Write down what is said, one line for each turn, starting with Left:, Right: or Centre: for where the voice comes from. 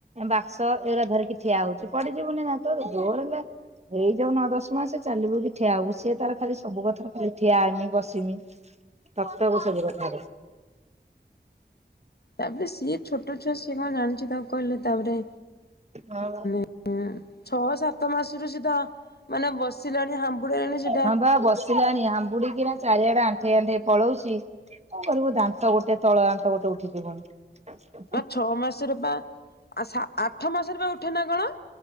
Right: ବାକ୍ସ ଏରା ଧରିକି ଠିଆ ହଉଚି ପଡି ଯିବୁନି ଦାନ୍ତ ରୁ ଜୋରେ ଲେ ଏଇ ଯୋଉ ନଅ ଦଶ ମାସ ଚାଲିବୁ କି ଠିଆ ହବୁ ସିଏ ତାର ଖାଲି ସବୁ କଥାରେ ଖାଲି ଠିଆ ହେମି ବସିମି। ଟକ ଟକ ସବୁ କଥାରେ
Left: ତାପରେ ସିଏ ଛୋଟ ଛୁଆ ସିଏ କଣ ଜାଣିଚି ତାକୁ କହିଲେ ତାପରେ।
Right: ହଁ
Left: ହୁଁ ଛଅ ସାତ ମାସରୁ ସିଏତ ମାନେ ବସିଲାଣି ହାମ୍ୱୁଡେଇଲାଣି ସେ
Right: ହଁ ପା ବସିଲାଣି ହାମ୍ପୁଡି କିନା ଚାରିଆଡେ ଆନ ଆଣ୍ଠେଇ ଆଣ୍ଠେଇ ପଳଉଚି କଣ କରିବୁ ଦାନ୍ତ ଗୋଟେ ତଳ ଦାନ୍ତ ଗୋଟେ ଉଠିଚି ପୁଣି।
Left: ଆ ଛଅ ମାସରେ ପା ସା ଆଠ ମାସରେ ପା ଉଠେ ନା କଣ।